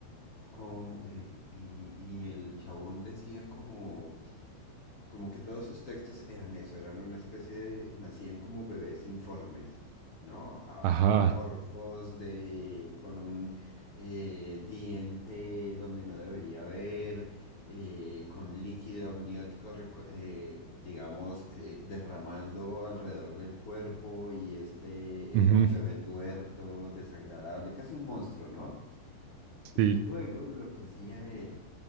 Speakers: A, on the left; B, on the right.
A: como, eh, y, y el chabón decía como como que todos sus textos eran eso, eran una especie de, nacían como bebés informes, ¿no? A-
B: Ajá.
A: a- amorfos, de, con un eh, diente donde no debería haber, eh, con líquido amniótico, reco- eh, digamos, eh, derramando alrededor del cuerpo y este
B: ujú,
A: era un bebé tuerto, desagradable, casi un monstruo, ¿no? Y
B: Sí,
A: que luego lo que hacía él